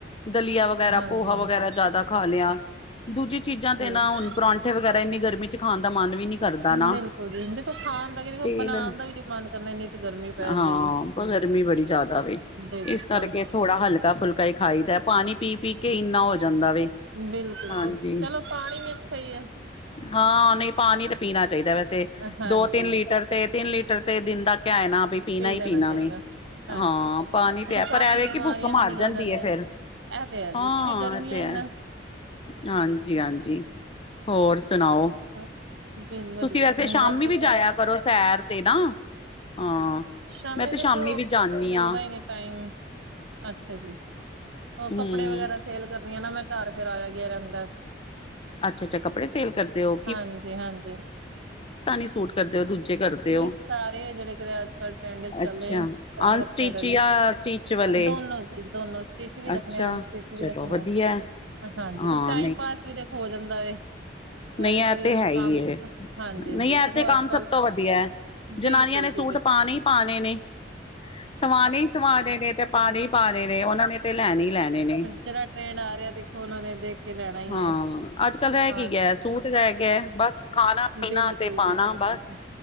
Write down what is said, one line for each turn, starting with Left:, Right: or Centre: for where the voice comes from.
Left: ਦਲੀਆ ਵਗੈਰਾ
Right: ਹਾਂਜੀ
Left: ਪੋਹਾ
Right: ਹਾਂਜੀ
Left: ਵਗੈਰਾ ਜ਼ਾਦਾ ਖਾ ਲਿਆ। ਦੂਜੀ ਚੀਜ਼ਾਂ ਤੇ
Right: ਠੀਕ
Left: ਨਾ ਹੁਣ ਪਰਾਂਠੇ ਵਗੈਰਾ ਇੰਨੀ ਗਰਮੀ ਚ ਖਾਣ ਦਾ ਮਨ ਵੀ ਨੀ ਕਰਦਾ ਨਾ।
Right: ਬਿਲਕੁਲ ਜੀ ਦੇਖੋ ਖਾਣ ਦਾ ਦੇਖੋ
Left: ਤੇਲ
Right: ਬਣਾਉਣ ਦਾ ਵੀ ਨੀ ਮਨ ਕਰਨਾ ਇੰਨੀ ਤੇ ਗਰਮੀ ਪੈ
Left: ਹਾਂ
Right: ਰਹੀ ਹੈ ਜੀ
Left: ਗਰਮੀ ਬੜੀ ਜ਼ਾਦਾ ਵੇ।
Right: ਬਿਲਕੁਲ
Left: ਇਸ ਕਰਕੇ ਥੋੜਾ ਹਲਕਾ ਹਲਕਾ - ਫੁਲਕਾ ਈ ਖਾਈ ਦਾ ਪਾਣੀ ਪੀ ਪੀ ਕੇ ਇੰਨਾ ਹੋ ਜਾਂਦਾ ਵੇ।
Right: ਬਿਲਕੁਲ
Left: ਹਾਂਜੀ
Right: ਜੀ ਚਲੋ ਪਾਣੀ ਵੀ ਅੱਛਾ ਈ ਏ।
Left: ਹਾਂ ਨੀਂ ਪਾਣੀ ਤਾਂ ਪੀਣਾ ਚਾਹੀਦਾ ਵੈਸੇ
Right: ਹਾਂਜੀ
Left: ਦੋ - ਤਿੰਨ ਲੀਟਰ। ਤੇ ਤਿੰਨ ਲੀਟਰ ਤੇ ਦਿਨ ਦਾ ਕਿਆਏ ਨਾ। ਪੀਣਾ
Right: ਪੀ
Left: ਹੀ
Right: ਲੈਣਾ
Left: ਪੀਣਾ
Right: ਚਾਹੀਦਾ
Left: ਵੀ
Right: ਹਾਂਜੀ
Left: ਹਾਂ ਪਾਣੀ
Right: ਦੇਖੋ
Left: ਤੇ ਹੈ।
Right: ਕਾਫ਼ੀ
Left: ਪਰ ਐਵੇਂ
Right: ਬਿਮਾਰੀਆਂ
Left: ਕਿ ਭੁੱਖ ਮਾਰ
Right: ਵੀ ਨਿਕਲ
Left: ਜਾਂਦੀ
Right: ਜਾਂਦੀਆਂ
Left: ਹੈ ਫੇਰ।
Right: ਇਹ ਤੇ ਹੈ
Left: ਹਾਂ
Right: ਜੀ ਕਿਉਂਕਿ ਗਰਮੀਆਂ
Left: ਇਹ ਤੇ ਹੈ।
Right: ਇੰਨਾ
Left: ਹਾਂਜੀ - ਹਾਂਜੀ ਹੋਰ ਸੁਣਾਓ।
Right: ਹਾਂ। ਵਧੀਆ
Left: ਤੁਸੀਂ ਵੈਸੇ
Right: ਜੀ ਹੁਣ
Left: ਸ਼ਾਮੀ
Right: ਬਸ ਦੁਪਹਿਰ
Left: ਵੀ ਜਾਇਆ
Right: ਦੀ।
Left: ਕਰੋ ਸੈਰ ਤੇ ਨਾ ਹਾਂ
Right: ਸ਼ਾਮੀ
Left: ਮੈਂ ਤੇ
Right: ਦੇਖੋ
Left: ਵੀ ਜਾਂਦੀ
Right: ਮਿਲਦਾ
Left: ਹਾਂ
Right: ਹੀ ਨੇ। ਟਾਈਮ ਅੱਛਾ ਜੀ। ਉਹ
Left: ਹਮ
Right: ਕੱਪੜੇ ਵਗੈਰਾ ਸੇਲ ਕਰਨ ਆ ਨਾ ਮੈਂ। ਘਰ ਫੇਰ ਆਇਆ - ਗਿਆ ਰਹੰਦਾ।
Left: ਅੱਛਾ - ਅੱਛਾ ਕੱਪੜੇ ਸੇਲ ਕਰਦੇ ਓ।
Right: ਹਾਂਜੀ - ਹਾਂਜੀ
Left: ਸੂਟ ਕਰਦੇ ਹੋ ਦੂਜੇ ਕਰਦੇ
Right: ਨੀ
Left: ਹੋ
Right: ਸਾਰੇ ਜਿਹੜੇ ਕਰਿਆ। ਟਡ ਚਲੇ
Left: ਅੱਛਾ
Right: ਸਬ
Left: ਅਨਸਟਿਚ
Right: ਰੱਖਿਆ ਤ
Left: ਜਾਂ
Right: ਜੀ
Left: ਸਟਿਚ ਵਾਲੇ
Right: ਦੋਨੋ ਜੀ ਦੋਨੋ। ਸਟਿਚ ਵੀ ਰੱਖਣੇ
Left: ਅੱਛਾ
Right: ਅਨਸਟਿਚ
Left: ਚਲੋ
Right: ਵੀ ਰੱਖਣੇ
Left: ਵਧੀਆ
Right: ਜੀ। ਹਾਂਜੀ
Left: ਹਾਂ
Right: ਕੁਛ ਟਾਈਮ ਪਾਸ ਵੀ ਦੇਖ ਹੋ ਜਾਂਦਾ ਵੇ।
Left: ਨੀਂ
Right: ਵੈਸੇ
Left: ਇਹ ਤੇ ਹੈ ਹੀ
Right: ਕੰਮ
Left: ਏ
Right: ਹਾਂਜੀ ਹਾਂਜੀ
Left: ਨਈ। ਇਹ
Right: ਦੇਖੋ
Left: ਤੇ ਕੰਮ
Right: ਅੱਜ ਕੱਲ
Left: ਸਭ ਤੋਂ ਵਧੀਆ। ਜਨਾਨੀਆਂ
Right: ਬਿਲਕੁਲ
Left: ਨੇ ਸੂਟ
Right: ਜੀ ਬਿਲਕੁਲ
Left: ਪਾਣੇ ਈ ਪਾਣੇ ਨੇ। ਸਵਾਣੇ ਹੀ ਸਵਾਣੇ ਦੇ ਨੇ ਤੇ ਪਾਣੇ ਹੀ ਪਾਣੇ ਨੇ। ਉਨਾਂ ਨੇ ਤੇ ਲੈਣੇ ਹੀ ਲੈਣੇ ਨੇ।
Right: ਜੜਰਾ ਟ੍ਰੈਂਡ ਆ ਰਿਹਾ। ਦੇਖੋ ਉਹਨਾਂ ਨੇ ਦੇਖ। ਕੇ ਲੈਣਾ ਹੀ
Left: ਹਾਂ
Right: ਹੈ।
Left: ਅੱਜ ਕੱਲ ਰਹਿ
Right: ਹਾਂ
Left: ਕੀ ਗਿਆ। ਸੂਟ ਰਹਿ ਗਿਆ ਬਸ। ਖਾਣਾ ਪੀਣਾ
Right: ਬਿਲਕੁਲ
Left: ਅਤੇ ਪਾਉਣਾ
Right: ਜੀ ਬਿਲਕੁਲ
Left: ਬਸ।
Right: ਜੀ